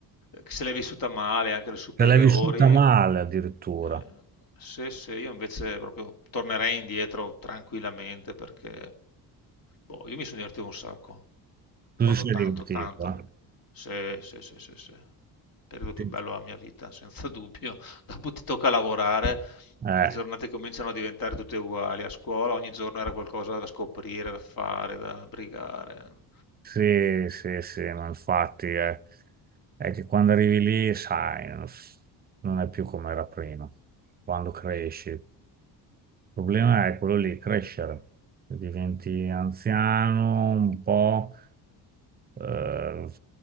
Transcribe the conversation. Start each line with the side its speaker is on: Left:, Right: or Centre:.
Left: che se l'è vissuta male, anche alle superiori.
Right: te l'hai Beh, vissuta male addirittura.
Left: Eh, sì, sì, io invece proprio tornerei indietro tranquillamente perché boh, io mi sono divertito un sacco,
Right: Tu
Left: proprio
Right: ti sei
Left: tanto,
Right: divertito,
Left: tanto.
Right: eh?
Left: Sì, sì, sì, sì, sì. Periodo più
Right: Sì.
Left: bello della mia vita, senza dubbio. <laughs> Dopo ti tocca lavorare
Right: Eh,
Left: e le giornate cominciano a diventare tutte uguali. A scuola ogni giorno era qualcosa da scoprire, da fare, da brigare.
Right: Sì, sì, sì, ma infatti eh, è, che quando arrivi lì, sai, non s- non è più come era prima, quando cresci. Il problema è quello lì, crescere. Diventi anziano un po', eh,